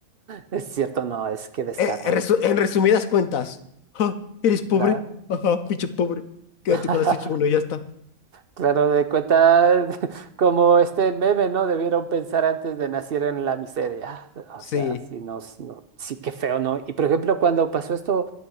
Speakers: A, on the right; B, on the left.
A: Es cierto, no, es que descarado.
B: Eh, eh, resu- en resumidas cuentas, "Ja, eres pobre,
A: ¿verdad?
B: ajá, pinche pobre, quédate
A: <laughs>
B: con la Switch uno y ya está.
A: Claro, de cuenta <laughs> como este el meme, ¿no? Debieron pensar antes de nacer en la miseria. Ah,
B: Sí.
A: O sea, sí, nos, no, sí que feo, ¿no? Y por ejemplo, cuando pasó esto,